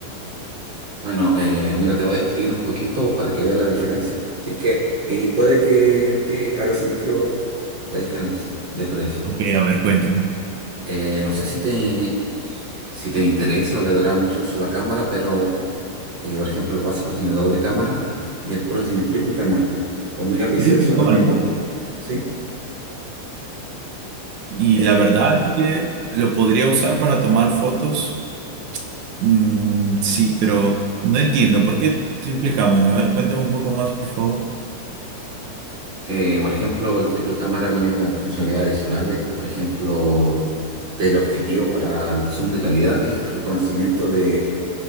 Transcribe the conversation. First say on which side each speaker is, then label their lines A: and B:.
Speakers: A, on the right (about 25°); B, on the right (about 75°).
A: Bueno, eh, mira, te voy a escribir un poquito para que veas la diferencia. Así que, y puede que te haga sentido la diferencia de precio.
B: Ok, a ver, cuéntame.
A: Eh, no sé si te, si te interesa o le dará mucho uso a la cámara, pero, eh, por ejemplo, el básico tiene doble cámara y el Pro tiene triple cámara. Los megapíxeles
B: Trip y
A: son
B: cámara.
A: lo mismo, ¿sí?
B: Y
A: Eh,
B: la verdad es que lo podría usar para tomar fotos. Mm, sí, pero no entiendo. ¿Por qué triple cámara? A ver, cuéntame un poco más, por favor.
A: Eh, por ejemplo, el triple cámara viene con funcionalidades adicionales, por ejemplo, teleobjetivo para el zoom de calidad, que es reconocimiento de